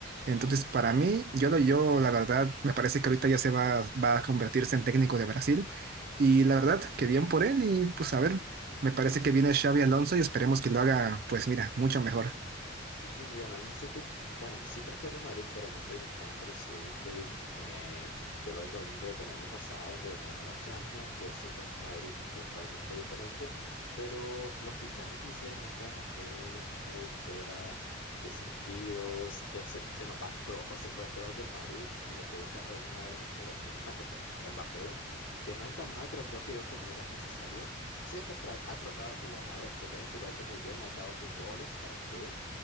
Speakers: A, on the right (about 50°); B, on the left (about 65°).
A: Entonces, para mí, yo, lo- yo la verdad, me parece que ahorita ya se va, va a convertirse en técnico de Brasil y la verdad, que bien por él y pues a ver, me parece que viene Xavi Alonso y esperemos que lo haga, pues mira, mucho mejor.
B: Sí, bueno, no soy, te- bueno, sí prefiero el Madrid, pero no soy un fan, pero sí he visto y me, yo lo vengo viendo desde el año pasado, de que ganó la Champions, que sí fue un Madrid totalmente diferente, pero los fichajes que hicieron este año fue muy fuera de sentido, se, se- se nos va Kroos, pues se fue Kroos del Madrid y lo que busca es un delantero punta, que fue Mbappé, que no es tan mal, pero creo que yo que no era necesario. Sí, está, tra- ha tratado de jugar excelente y lo ha hecho muy bien, ha echado sus goles, ¿para qué?